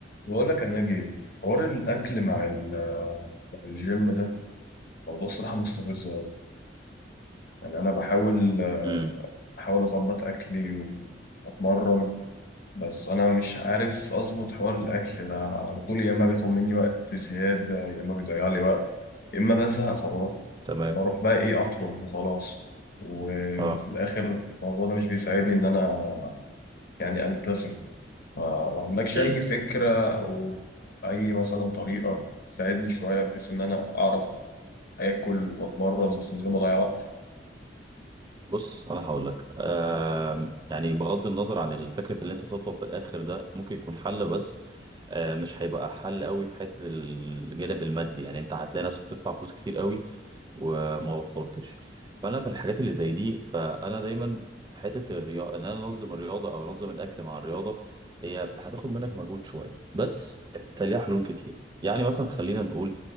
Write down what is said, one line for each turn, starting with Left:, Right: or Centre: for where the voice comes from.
Left: بقول لك يا ناجي حوار الاكل مع ال- مع الجيم ده موضوع صراحه مستفز أوي. يعني انا بحاول
Right: امم
Left: بحاول اظبط اكلي واتمرن بس انا مش عارف اظبط حوار الاكل ده على طول يا اما بياخد مني وقت زياده يا اما بيضيع لي وقت يا اما بزهق فبروح
Right: تمام
Left: بروح بقى ايه اطلب وخلاص وفي
Right: اه
Left: الاخر الموضوع ده مش بيساعدني ان انا يعني التزم فما عندكش
Right: اكيد
Left: أي فكرة أو أي مثلا طريقة تساعدني شوية بحيث إن أنا أعرف آكل وأتمرن بس من غير ما أضيع وقت
Right: بص انا هقول لك آه يعني بغض النظر عن الفكره اللي انت تطلب في الاخر ده ممكن يكون حل بس آه مش هيبقى حل قوي في حته الجانب المادي يعني انت هتلاقي نفسك تدفع فلوس كتير قوي وما وفرتش فانا في الحاجات اللي زي دي فانا دايما في حته الرياضه ان انا انظم الرياضه او انظم الاكل مع الرياضه هي هتاخد منك مجهود شويه بس انت ليها حلول كتير يعني مثلا خلينا نقول